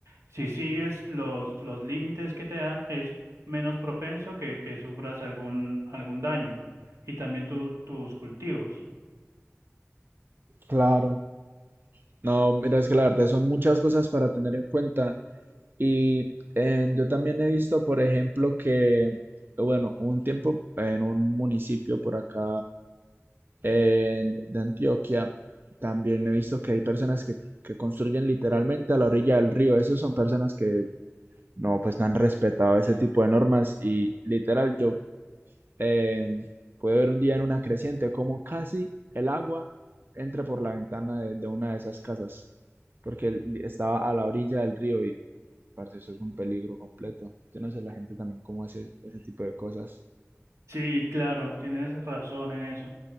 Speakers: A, on the right; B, on the right.
A: si sigues los, los límites que te dan, es menos propenso que, que sufras algún, algún daño y también tu- tus cultivos.
B: claro. No, mira, es que la verdad son muchas cosas para tener en cuenta. Y eh, yo también he visto, por ejemplo, que, bueno, un tiempo en un municipio por acá eh, de Antioquia, también he visto que hay personas que, que construyen literalmente a la orilla del río. Esas son personas que no, pues no han respetado ese tipo de normas y literal yo eh, puedo ver un día en una creciente como casi el agua entra por la ventana de, de una de esas casas porque li- estaba a la orilla del río y parce, eso es un peligro completo. Yo no sé la gente también cómo hace ese tipo de cosas.
A: Sí, claro, tienes razón en eso.